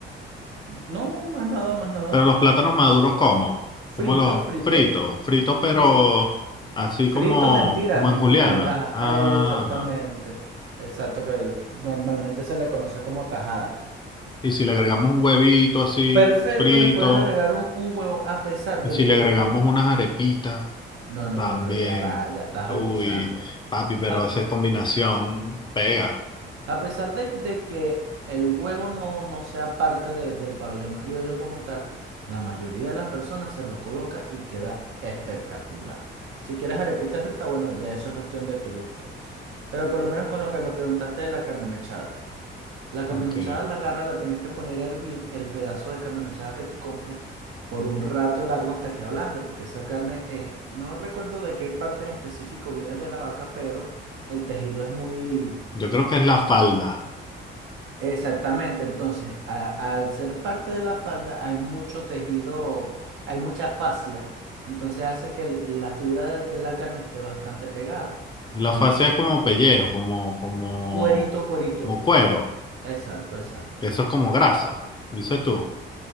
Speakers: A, on the right (about 80°); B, on the left (about 25°).
A: No, más nada, más nada.
B: Pero los plátanos maduros, ¿cómo?
A: Fritos,
B: Como los
A: fritos.
B: fritos, fritos
A: Sí,
B: pero
A: sí.
B: así
A: Fritos
B: como,
A: en tiras,
B: como en
A: en
B: juliana.
A: tiras, en laja.
B: Ajá.
A: Exactamente. Exacto, que normalmente se le conoce como tajada.
B: Y si le agregamos un huevito así
A: Perfecto,
B: frito,
A: le puedes agregar un, un huevo a pesar
B: y
A: de
B: si
A: que...
B: le agregamos unas arepitas,
A: No, no,
B: también.
A: no, pero ya va, ya estás
B: Uy,
A: abusando.
B: papi, pero
A: A,
B: esa combinación pega.
A: a pesar de, de que el huevo no, no sea parte de- del pabellón criollo como tal, la mayoría de las personas se lo coloca y queda espectacular. Si quieres arepita frita, bueno, ya eso es cuestión de tu gusto. Pero por lo menos con lo que me preguntaste de la carne mechada. La carne
B: Ok.
A: mechada la agarra, la tienes que poner a hervir el pedazo de carne mechada que tú compres por un rato largo hasta que ablande, porque esa carne es, no recuerdo de qué parte en específico viene de la vaca, pero el tejido es muy
B: Yo creo que es la falda.
A: exactamente. Entonces, a- al ser parte de la falda hay mucho tejido, hay mucha fascia, entonces hace que el- la fibra de, de la carne esté bastante pegada.
B: La
A: Entonces
B: fascia
A: necesito
B: es como pellejo, como, como,
A: cuerito, cuerito.
B: como cuero.
A: Exacto, exacto.
B: Eso es como grasa, dices tú.